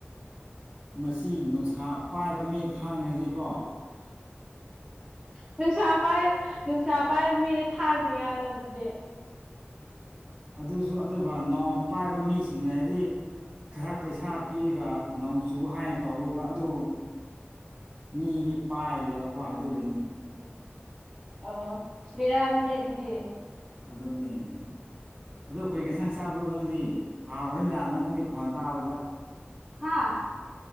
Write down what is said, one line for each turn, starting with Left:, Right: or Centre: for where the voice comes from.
Right: ꯃꯁꯤ ꯅꯨꯡꯁꯥ ꯄꯥꯏꯕ ꯃꯤ ꯈꯥꯡꯉꯗꯤꯀꯣ
Centre: ꯅꯨꯡꯁꯥ ꯄꯥꯏꯕ ꯅꯨꯡꯁꯥ ꯄꯥꯏꯕ ꯃꯤꯗ ꯊꯥꯡꯅ ꯌꯥꯜꯂꯣ ꯑꯗꯨꯗꯤ
Right: ꯑꯗꯨꯁꯨ ꯑꯗꯨꯒ ꯅꯣꯡꯃ ꯄꯥꯏꯕ ꯃꯤꯁꯤꯡ ꯍꯥꯏꯗꯤ ꯈꯔ ꯄꯩꯁꯥ ꯄꯤꯔꯒ ꯅꯣꯡꯆꯨ ꯍꯥꯏꯅ ꯇꯧꯕꯗꯣ ꯑꯗꯨ ꯃꯤꯗꯤ ꯄꯥꯏꯔꯦꯕꯀꯣ ꯑꯗꯨꯒꯤꯅꯤ
Centre: ꯎ ꯑꯣ ꯕꯦꯔꯥꯅꯤꯍꯦ ꯑꯗꯨꯗꯤ
Right: ꯑꯗꯨꯅꯦ ꯑꯗꯣ ꯀꯔꯤ ꯑꯟꯁꯥꯡ ꯆꯥꯕ꯭ꯔꯣ ꯅꯪꯗꯤ ꯍꯥꯡꯉꯝꯃꯅꯤꯗ ꯅꯪ ꯅꯪꯒꯤ ꯈꯣꯟ ꯇꯕꯗ
Centre: ꯍꯥꯥ